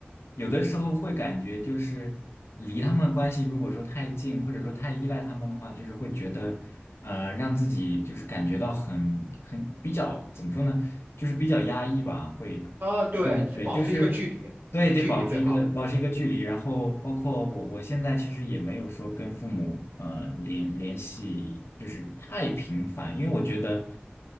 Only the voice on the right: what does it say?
啊，对，
保持一个距离，
一个距离最好。